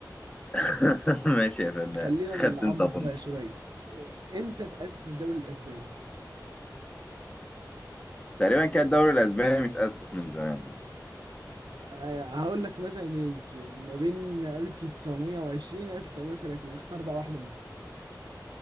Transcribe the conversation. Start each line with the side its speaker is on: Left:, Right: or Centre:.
Left: <laughs> ماشي يا فنان
Right: خلينا
Left: خدت
Right: نعمق
Left: انت
Right: بقى
Left: بونت
Right: شوية إيه، إمتى تأسس الدوري الأسباني؟
Left: تقريبا كان الدوري الاسباني متاسس من زمان يعني
Right: آه، هقول لك مثلا إنج- ما بين 1920 و 1930 اختار بقى واحدة منهم